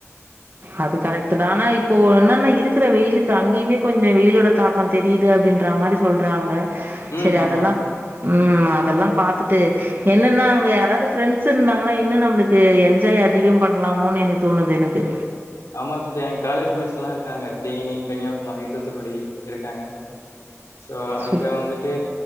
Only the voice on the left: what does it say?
ம்.
ஆமா.
ஆமா சிஸ்டர் எ காலேஜ் மெட்ஸ்லா இருக்காங்க தேனி, கன்னியாகுமரி, தூத்துக்குடி இருக்காங்க சோ அங்க
வந்துட்டு